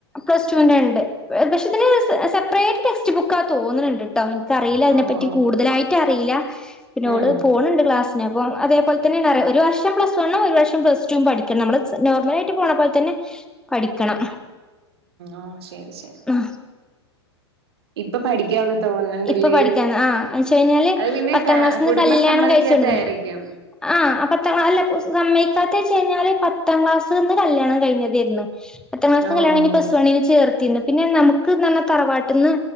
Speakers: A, in the centre; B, on the right.
A: പ്ലസ് റ്റുന്റെ ഉണ്ട് പക്ഷെ ഇതിന് സെപ്പറേറ്റ് ടെക്സ്റ്റ് ബുക്കാ തോന്ന്ണ് ണ്ട്ട്ടോ ഇന്ക്കറിയില്ല അയ്നെപ്പ
B: ഓ
A: റ്റി
B: ഓ
A: കൂടുതലായിട്ട് അറീല്ല പിന്നെ
B: ഉം
A: ഓള് പോണ് ണ്ട് ക്ലാസ് ന് അപ്പോ അതേപോൽത്തന്നേണ് അറിയാ ഒരു വർഷം പ്ലസ് വണ്ണും ഒരു വർഷം പ്ലസ് ടും പഠിക്കണം നമ്മൾ നോർമലായിട്ട് പോണ പോൽതന്നെ പഠിക്കണം
B: ഓഹ് ശരി ശരി
A: അഹ്
B: ഇപ്പൊ പഠിക്കാനൊന്നും തോന്ന്ണില്ലേ
A: ഇപ്പൊ പഠിക്കാ ആ എന്ന് വെച്ച് കഴിഞ്ഞാല്
B: അത് പിന്നെ
A: പത്താം
B: ഫാ
A: ക്ലാസ്സിന്ന്
B: കുടുംബം
A: കല്യാണം
B: സമ്മതിക്കാത്തായിരി
A: കഴിച്ചു കൊണ്ടന്നാ
B: ക്ക്യും
A: ആഹ് അപ്പൊ തോ അല്ല സമ്മേയ്ക്കാത്ത്ച്ചഴ്ഞ്ഞാല് പ പത്താം ക്ലാസ്ന്ന് കല്യാണം കഴിഞ്ഞതേര്ന്ന് പത്താം ക്ലാസ്സ്‌ന്ന്
B: ഓ
A: കല്യണം കഴിഞ്ഞ് പ്ലസ് പ്ലസ് വൺന് ചേർത്തിര്ന്ന് പിന്നെ നമുക്ക്ന്ന്റഞ്ഞ തറവാട്ട്ന്ന്